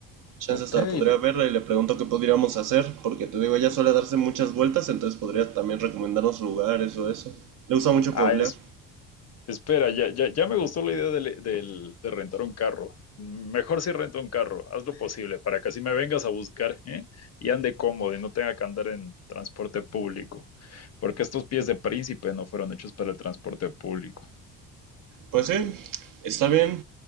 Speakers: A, on the right; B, on the left.
A: Chance
B: Ok.
A: hasta podría
B: de-
A: verla y le pregunto qué podríamos hacer. Porque te digo, ella suele darse muchas vueltas. Entonces podría también recomendarnos lugares o eso. Le gusta mucho
B: Ah,
A: pueblear.
B: Espera, ya, ya, ya me gustó la idea del- del- de rentar un carro. Mejor si rento un carro, haz lo posible para que así me vengas a buscar, ¿eh? Y ande cómodo y no tenga que andar en transporte público, porque estos pies de príncipe no fueron hechos para el transporte público.
A: Pues sí, está bien.